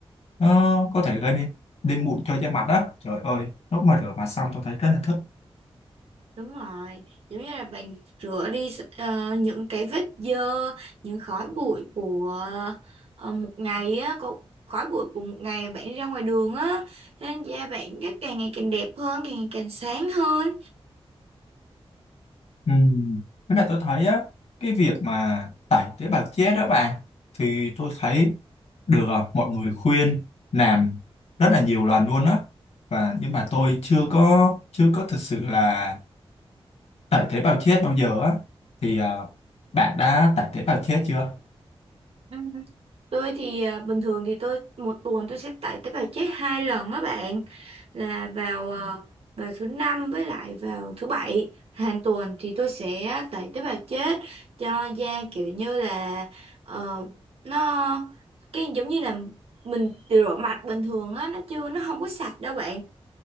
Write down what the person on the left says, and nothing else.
nó có thể gây nên nên mụn cho da mặt á trời ơi lúc mà rửa mặt xong tôi thấy rất là thích
ừ. với lại tôi thấy á cái việc mà tẩy tế bào chết đó bạn thì tôi thấy được ờ, mọi người khuyên làm rất là nhiều lần luôn á và nhưng mà tôi chưa có chưa có thực sự là tải tế bào chết bao giờ á thì à, bạn đã tải tế bào chết chưa